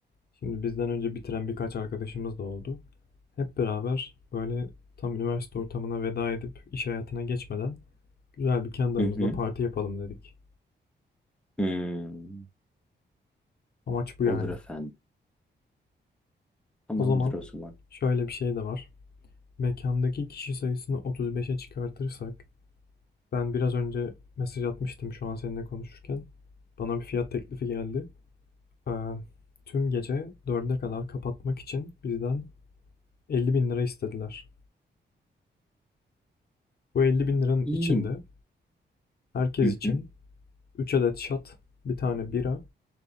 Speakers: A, on the left; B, in the centre.
A: Şimdi bizden önce bitiren birkaç arkadaşımız da oldu. Hep beraber böyle tam üniversite ortamına veda edip iş hayatına geçmeden güzel bir kendi aramızda
B: Hı hı.
A: parti yapalım dedik.
B: Hmm.
A: Amaç bu yani.
B: Olur efendim. Tamamdır
A: O zaman
B: o zaman.
A: şöyle bir şey de var. Mekandaki kişi sayısını 35'e çıkartırsak ben biraz önce mesaj atmıştım şu an seninle konuşurken. Bana bir fiyat teklifi geldi. Ee, tüm gece 4'e kadar kapatmak için bizden 50 bin lira istediler. Bu 50 bin liranın
B: İyi.
A: içinde herkes
B: Hı
A: için
B: hı.
A: 3 adet şat, bir tane bira